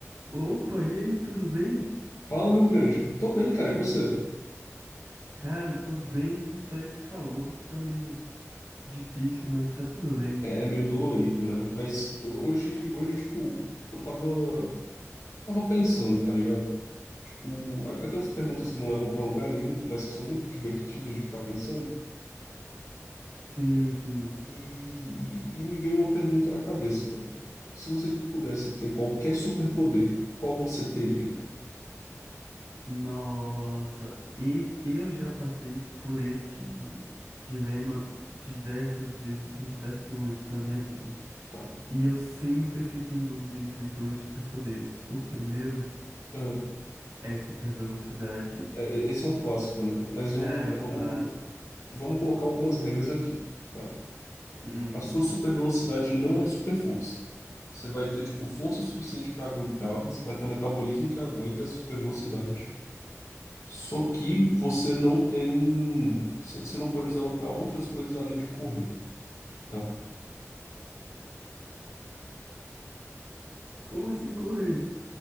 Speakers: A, on the right; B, on the left.
A: Opa, e aí, tudo bem?
B: Fala, meu grande. Tô bem, cara, e você?
A: Cara, eu tô bem, só esse calor que tá meio difícil, mas tá tudo bem.
B: É, é meio dolorido, né? Mas hoje, hoje, tipo, eu tava, tava pensando, tá ligado? Tipo, a- aquelas perguntas que não levam pra lugar nenhum, mas que são muito divertidas de ficar pensando.
A: Sim, sim.
B: E, e- e me veio uma pergunta na cabeça, velho. Se você pudesse ter qualquer superpoder, qual você teria?
A: Nossa, e eu já passei por esse dilema diversas vezes em diversos momentos da minha vida.
B: Tá.
A: E eu sempre fico em dúvida entre dois superpoderes. O primeiro
B: Ah,
A: é super velocidade.
B: é- é- esse é um clássico, né? Mas vamos,
A: Cara, é o
B: vamos,
A: clássico.
B: vamos colocar algumas regras aqui. tá?
A: Hum,
B: A sua super velocidade não é super força. Você vai ter, tipo, força suficiente para aguentar, você vai ter um metabolismo que aguenta essa super velocidade. Só que você não tem. c- Você não pode usá-la para outras coisas além de correr, tá?
A: como assim correr?